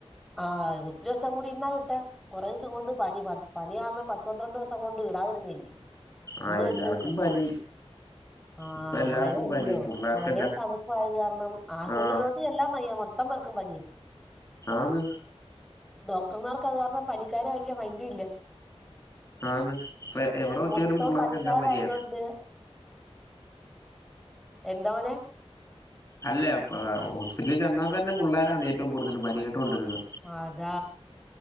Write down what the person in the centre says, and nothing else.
ആഹെ ഒത്തിരി ദിവസം കൂടി ഇന്നാ വിട്ടേ കുറേ ദിവസം കൊണ്ട് പനി പനി കാരണം പത്തു പന്ത്രണ്ട് ദിവസം കൊണ്ട് വിടാതിരുന്നില്ലേ
ഇന്നും
വിട്ടു പിന്നെ
ആഹ്
മഴയല്ലയോ
മഴയും തണ തണുപ്പായകാരണം ആശുപത്രിയിലോട്ട്
ചെല്ലാൻ വയ്യ മൊത്തം പേർക്കും പനിയ
ഡോക്ടർമാർക്ക് അത് കാരണം പനിക്കാര വല്ലൃ മൈന്റ ഇല്ല
മൊത്തം
മണിക്കാരായതൊണ്ട്
എന്തോരും
അതാ